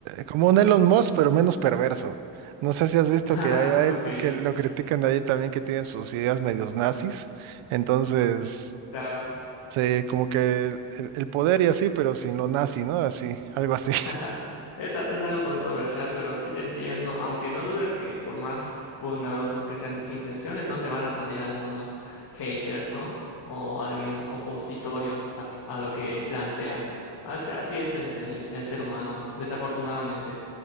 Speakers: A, on the right (about 75°); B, on the left (about 50°).
A: como un Elon Musk, pero menos perverso. No sé si has visto
B: <laughs>
A: que hay, hay-
B: Ok,
A: que lo critican ahí también que tienen sus ideas medios nazis. Entonces,
B: claro.
A: sí, como que el, el poder y así, pero sin lo nazi, ¿no? Así, algo así.
B: <laughs> Es, a- es algo controversial, pero sí te entiendo, aunque no dudes que por más bondadosos que sean tus intenciones, no te van a salir algunos haters, ¿no? O alguien opositorio a, a lo que planteas. Así, así es el, el- el ser humano, desafortunadamente.